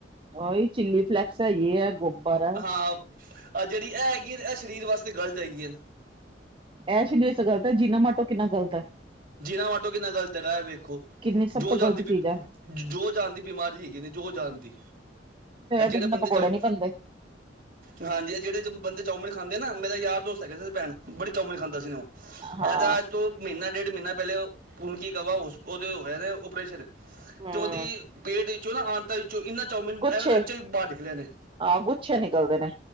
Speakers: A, on the right (about 30°); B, on the right (about 50°).
A: ਉਹ ਇਹ ਚਿੱਲੀ ਫਲੈਕਸ ਹੈ ਇਹ ਹੈ ਗੋਪਰ ਹੈ।
B: ਆਹੋ ਜਿਹੜੀ ਇਹ ਹੈਗੀ ਹੈ ਇਹ ਸਰੀਰ ਵਾਸਤੇ ਗਲਤ ਹੈਗੀ ਹੈ।
A: ਇਹ ਸ਼ਨੀ <inaudible> ਗਲਤ ਹੈ ਜੀਨਾ ਮਾਟੋ ਕਿੰਨਾ ਗਲਤ ਹੈ।
B: ਜੀਨਾਮਾਟੋ ਕਿੰਨਾ ਗਲਤ ਹੈਗਾ ਹੈ ਵੇਖੋ।
A: ਕਿੰਨੀ ਸਭ
B: ਜੋ
A: ਤੋਂ
B: ਜਹਾਨ
A: ਗ਼ਲਤ
B: ਦੀ,
A: ਚੀਜ਼ ਹੈ
B: ਜੋ ਜਹਾਨ ਦੀ ਬਿਮਾਰੀ ਹੈਗੀ ਜੋ ਜਾਂਦੀ।
A: ਤੇ
B: ਜਿਹੜੇ
A: ਤੇ ਬਿਨਾਂ
B: ਬੰਦੇ
A: ਪਕੌੜੇ
B: ਜਾਓ।
A: ਨੀ ਬਣਦੇ
B: ਹਾਂਜੀ ਇਹ ਜਿਹੜੇ ਬੰਦੇ ਚੌਮਨ ਖਦੇ ਨਾ ਮੇਰਾ ਯਾਰ ਦੋਸਤ ਹੈਗੇ ਸੀ ਭੈਣ ਬੜੀ ਚਾਮਨ ਖਾਂਦਾ ਸੀ ਉਹ।
A: ਹਾਂ
B: ਇਹਦਾ ਤੋਂ ਮਹੀਨਾ ਡੇਢ ਮਹੀਨਾ ਪਹਿਲੇ ਹੁਣ ਕੀ ਕਵਾ ਹੋ ਸੀ ਉਹਦੇ ਹੋਇਆ ਨੇ ਓਪਰੇਸ਼ਨ।
A: ਹਮ
B: ਤੇ ਉਹਦੀ ਪੇਟ ਵਿੱਚੋਂ ਨਾ ਆਂਤਾਂ ਵਿੱਚੋਂ ਇੰਨਾ। ਚੋਮਿਨ
A: ਗੁੱਛੇ
B: ਐਵੇਂ ਕੱਚੇ ਬਾਹਰ ਨਿਕਲੇ ਨੇ
A: ਹਾਂ ਗੁੱਛੇ ਨਿਕਲਦੇ ਨੇ